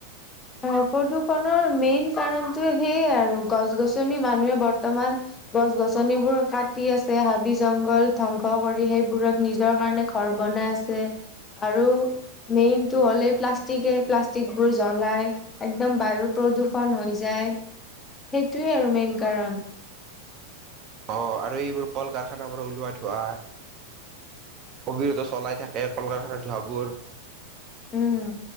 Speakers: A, on the left; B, on the right.
A: অ প্ৰদূষণৰ মেইন কাৰণটো সেইয়ে আৰু গছ গছনি মানুহে বৰ্তমান গছ গছনিবোৰ কাটি আছে হাবি জংঘল ধ্বংস কৰি সেইবোৰত নিজৰ কাৰণে ঘৰ বনাই আছে আৰু মেইন টো হ'লে প্লাষ্ট টিকে প্লাষ্টিকবোৰ জ্বলাই একদম বায়ুৰ প্ৰদূষণ হৈ যায় সেইটোৱে আৰু মেইন কাৰণ
B: অ আৰু এইবোৰ কল কাৰখানাৰ পৰা ওলোৱা ধোঁৱা কবিৰত চলাই থাকে কল কাৰখানা ধোঁৱাবোৰ
A: উম